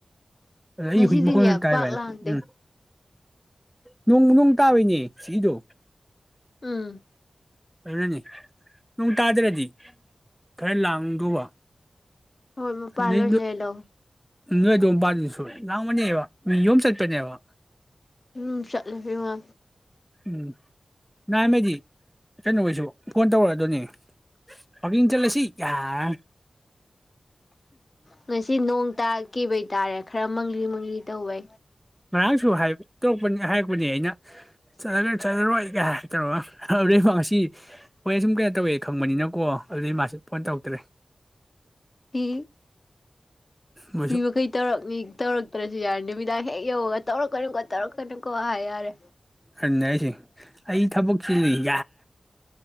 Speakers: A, in the centre; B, on the left.
A: ꯑꯩ
B: ꯉꯁꯤꯗꯤꯅꯦ
A: ꯍꯧꯖꯤꯛ ꯃꯈꯣꯟ ꯀꯥꯏꯕ
B: ꯄꯥꯛ
A: ꯍꯥꯏꯅ
B: ꯂꯥꯡꯗꯦ
A: ꯎꯝ ꯅꯨꯡꯅꯨꯡ ꯇꯕꯅꯦ ꯏꯗ
B: ꯎꯝ
A: ꯑꯗꯨꯅꯅꯤ ꯅꯣꯡ ꯇꯥꯗ꯭ꯔꯗꯤ ꯈꯔ ꯂꯥꯡꯗꯧꯕ
B: ꯍꯣꯏ ꯃꯄꯥꯥꯂꯣ
A: ꯅꯣꯏ
B: ꯂꯥꯏ ꯂꯥꯎ
A: ꯅꯣꯏ ꯑꯗꯨꯝ ꯃꯄꯥꯜꯗꯨ ꯁ ꯉꯥꯡꯕꯅꯦꯕ ꯃꯤ ꯌꯣꯨꯝꯝ ꯆꯠꯄꯅꯦꯕ
B: ꯎꯝ ꯆꯠꯂꯕꯤ ꯋꯥ
A: ꯎꯝ ꯅꯍꯥꯟ ꯃꯩꯗꯤ ꯀꯩꯅꯣꯈꯩꯏꯁꯨ ꯐꯣꯟ ꯇꯧꯔꯛꯑ ꯗꯧꯅꯤ ꯋꯥꯀꯤꯡ ꯆꯠꯂꯁꯤ ꯌꯥꯔ
B: ꯉꯁꯤ ꯅꯣꯡ ꯇꯥꯈꯤꯕꯩ ꯍꯥꯏꯇꯥꯔꯦ ꯈꯔ ꯃꯪꯂꯤ ꯃꯪꯂꯤ ꯇꯧꯋꯦ
A: ꯉꯔꯥꯡꯁꯨ ꯍꯥꯏꯔꯛꯄꯅꯦ ꯑꯩꯅꯂ ꯆꯠꯂꯔꯣꯏ ꯀ ꯇꯧꯔꯒ ꯑꯗꯨꯗꯩ ꯉꯁꯤ ꯍꯣꯏ ꯁꯨꯝ ꯀꯩꯅꯣ ꯇꯧꯋꯦ ꯈꯪꯕꯅꯤꯅꯀꯣ ꯑꯗꯨꯗꯩ ꯃꯥꯁꯨ ꯐꯣꯟ ꯇꯧꯔꯛꯇ꯭ꯔꯦ
B: ꯍ
A: ꯃꯣꯏꯁꯨ
B: ꯃꯤ ꯃꯈꯩ ꯇꯧꯔꯛꯅꯤ ꯇꯧꯔꯛꯇ꯭ꯔꯁꯨ ꯌꯥꯔꯅꯤ ꯅꯨꯃꯤꯗꯥꯡ ꯍꯦꯛ ꯌꯧꯉꯒ ꯇꯧꯔꯛꯀꯅꯤꯀꯣ ꯇꯧꯔꯛꯀꯅꯤꯀꯣ ꯍꯥꯏ ꯌꯥꯔꯦ
A: ꯈꯅꯦ ꯑꯩꯁꯦ ꯑꯩ ꯊꯕꯛꯁꯤ ꯂꯩꯏ